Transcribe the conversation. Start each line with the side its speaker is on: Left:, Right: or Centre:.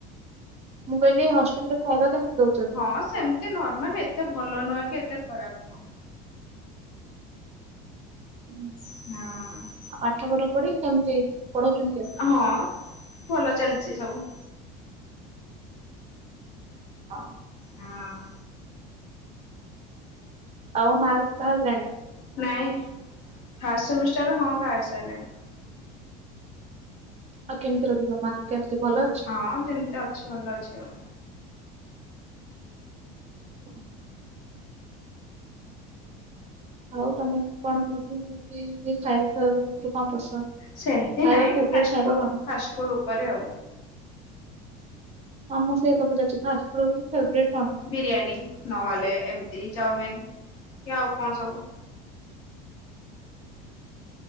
Right: ମୁଁ କଇଲିି ହଷ୍ଟେଲ୍ ରେ ଖାଇଦବା କେମିତି ଦଉଛନ୍ତି?
Left: ହଁ ସେମିତି ନର୍ମାଲ ଏତେ ଭଲ ନୁହେଁ କି ଏତେ ଖରାପ ନୁହେଁ।
Right: ହୁଁ।
Left: ହଁ।
Right: ଆଉ ପାଠ ଫାଠ ପଢି କେମିତି ପଢୋଉଚନ୍ତି କେ
Left: ହଁ ଭଲ ଚାଲ୍ ତି ସବୁ।
Right: ହଁ।
Left: ହଁ।
Right: ଆଉ ମୁ ବାହାର ଫାଅର ଜାଣିଚି।
Left: ନାଇଁ ଫାଷ୍ଟ୍ ସେମିଷ୍ଟର୍ ରେ ହଁ ବାହାରି ସାଇଲାଣି।
Right: ଆଉ କେମିତି ରଖିବ ମାର୍କ କେମିତି ଭଲ ଅଛି?
Left: ହଁ ଯେମିତି ଅଛି ଭଲ ଅଛି ଆଉ।
Right: ଓହୋ ଆଉ ତମେ କଣ ମୁଭି ଫୁଭି ଖାଇବା ଫାଇବା ଭିତରୁ କଣ ପସନ୍ଦ?
Left: ସେମ୍ତି
Right: ଖାଇବା
Left: ନାଇଁ
Right: ଫେବରେଟ୍
Left: ଫାଷ୍ଟ୍
Right: ଖାଇବା
Left: ଫୁଡ୍
Right: କଣ?
Left: ଫାଷ୍ଟ୍ ଫୁଡ୍ ଉପରେ ଆଉ।
Right: ହଁ ମୁଁ ସେଇ କଥା ପଚାରୁଚି ଫାଷ୍ଟ୍ ଫୁଡ୍ ଫେବ୍ରେଟ୍ କଣ?
Left: ବିରିୟାନୀ ନହେଲେ ଏମିତି ଚାଉମିିନ କି ଆଉ କଣ ସବୁ।